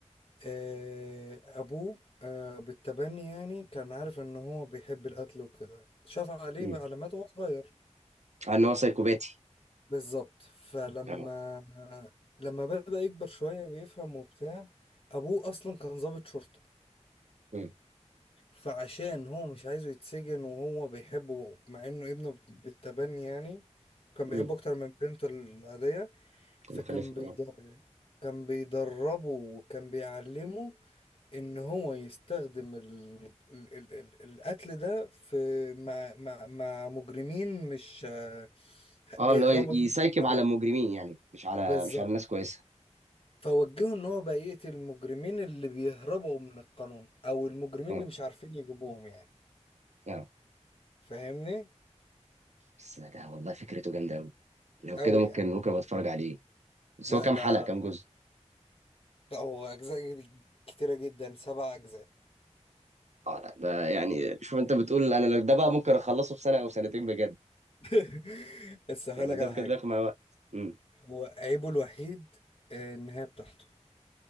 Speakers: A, on the left (about 50°); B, on the right (about 70°).
A: آه، ابوه آه، بالتبني يعني كان عارف ان هو بيحب القتل وكده شاف عليه
B: امم
A: علامات وهو صغير
B: عن ان هو سايكوباتي
A: بالظبط فلما
B: اه
A: لما بدأ يكبر شوية بيفهم وبتاع ابوه اصلا كان ضابط شرطة
B: امم
A: فعشان هو مش عايزه يتسجن وهو بيحبه مع انه ابنه بالتبني يعني كان
B: امم
A: بيحبه اكتر من بنته العادية فكان
B: كان مخلف
A: بيضر
B: اه
A: كان بيدربه وكان بيعلمه ان هو يستخدم ال... ال... ال... ال- القتل ده في مع مع, مع مجرمين مش آه،
B: اه
A: بيهربوا
B: اللي هو ي- يسايكب
A: من القانون
B: على المجرمين يعني مش على
A: بالظبط
B: مش على الناس كويسه
A: فوجهه ان هو بقى يقتل المجرمين اللي بيهربوا من القانون او المجرمين
B: اه
A: اللي مش عارفين يجيبوهم يعني
B: اه
A: فاهمني
B: بس ده والله فكرته جامده قوي لو
A: قوي
B: كده ممكن
A: يعني
B: ممكن أبقى اتفرج عليه بس
A: لا
B: هو كام
A: ده
B: حلقه كام جزء
A: لا هو اجزاء كتيره جدا سبع اجزاء
B: اه لا ده يعني شوف انت بتقول انا لو ده بقى ممكن اخلصه في سنه او سنتين بجد
A: <laughs> بس هقول
B: يعني
A: لك
B: ده
A: على
B: بجد
A: حاجه
B: هياخد معايا وقت امم
A: هو عيبه الوحيد آه، النهايه بتاعته